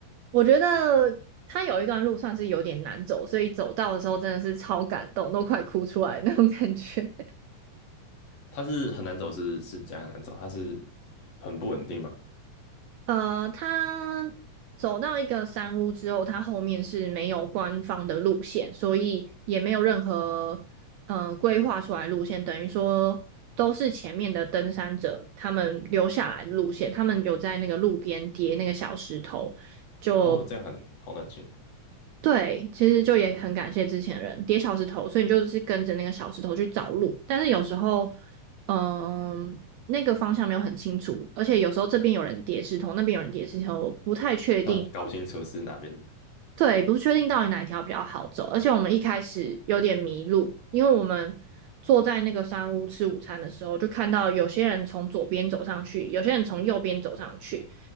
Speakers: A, on the right; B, on the left.
A: 我觉得它有一段路算是有点难走，所以走到的时候真的是超感动，都快哭出来的那种感觉。<laughs>
B: 它是很难走是，是怎样难走？它是很不稳定嘛？
A: 呃，它走到一个山屋之后，它后面是没有官方的路线，所以也没有任何呃规划出来路线，等于说。都是前面的登山者，他们留下来的路线，他们有在那个路边叠那个小石头，就
B: 哦，这样很好冷清，
A: 对，其实就也很感谢之前的人叠小石头，所以你就是跟着那个小石头去找路。但是有时候，嗯，那个方向没有很清楚，而且有时候这边有人叠石头，那边有人叠石头，不太确定到
B: 那搞不清楚是哪边的。
A: 对，不确定到底哪一条比较好走。而且我们一开始有点迷路，因为我们坐在那个山屋吃午餐的时候，就看到有些人从左边走上去，有些人从右边走上去，